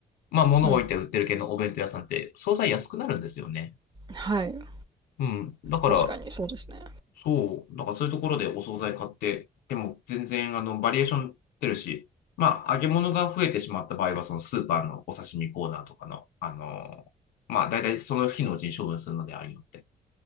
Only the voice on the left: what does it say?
まあ物を置いて売ってる系のお弁当屋さんって、
惣菜安くなるんですよね。
うん。だから、
そう、だからそういうところでお惣菜買って、でも全然あのバリエーション出るし、まあ揚げ物が増えてしまった場合は、そのスーパーのお刺身コーナーとかの、あの、まあ大体その日のうちに処分するのでありのでて。